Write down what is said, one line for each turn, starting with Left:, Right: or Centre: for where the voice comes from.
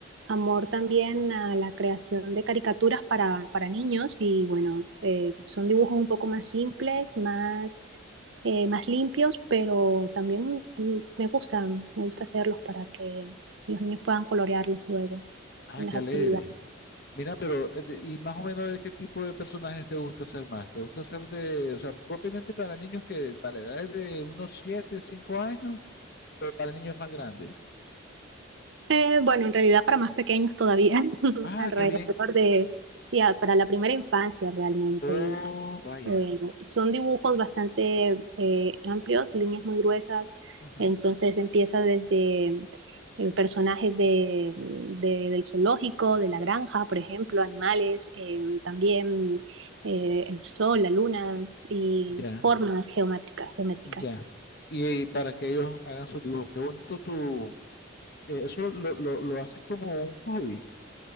Right: amor también a la creación de caricaturas para, para niños y bueno, eh, son dibujos un poco más simples, más, eh, más limpios, pero también mm, me gustan, me gusta hacerlos para que los niños puedan colorearlos luego
Left: ah,
Right: en
Left: qué
Right: las actividades.
Left: alegre. Mira, pero, eh, de- ¿y más o menos de qué tipo de personajes te gusta hacer más? ¿Te gusta hacer de, o sea, propiamente para niños que, para edades de unos 7, 5 años, pero para niños más grandes?
Right: Eh, bueno, en realidad para más pequeños todavía, <laughs>
Left: Ah,
Right: alrededor
Left: qué bien.
Right: de, sí, a- para la primera infancia realmente.
Left: Oh, vaya.
Right: Eh, son dibujos bastante eh, amplios, líneas muy gruesas,
Left: Ujú,
Right: entonces empieza desde eh, personajes de, de- del zoológico, de la granja, por ejemplo, animales, eh, también eh, el sol, la luna y
Left: Ya,
Right: formas geométricas, geométricas.
Left: ya. Y para que ellos hagan sus dibujos. Qué bonito tu... eh, Eso lo, lo, lo haces como un hobby.